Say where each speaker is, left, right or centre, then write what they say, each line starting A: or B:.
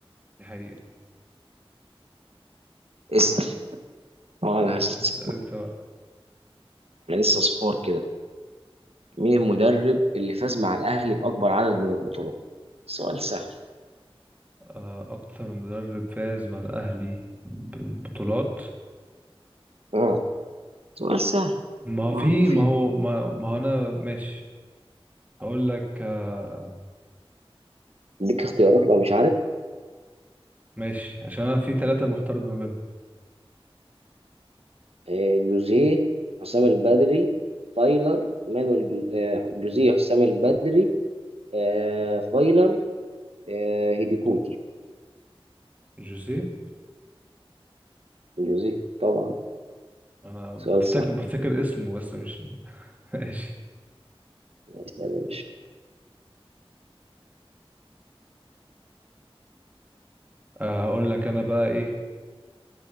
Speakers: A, on the right (about 15°); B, on the right (about 85°).
A: دي حقيقة
B: اسأل اه انا لسه
A: اسأل أنت بقى
B: انا لسه صفار كده مين المدرب اللي فاز مع الاهلي باكبر عدد من البطولات سؤال سهل
A: آه، أكتر مدرب فاز مع الأهلي ببطولات
B: اه سؤال سهل
A: ما هو
B: معروف
A: في ما
B: يعني
A: هو ما, ما هو أنا ماشي هقول لك آه،
B: ليك اختيارات لو مش عارف
A: ماشي عشان أنا في ثلاثة محترف ما بينهم
B: آه، يوزيه حسام البدري فايلر مانويل جو- آه، يوزيه حسام البدري آه، فايلر آه، هيديكوتي
A: جوزيه
B: يوزيه طبعا
A: أنا
B: سؤال
A: بفتكر
B: صح
A: بفتكر اسمه بس مش <laughs> ماشي
B: اسأل يا باشا
A: آه، هقول لك أنا بقى إيه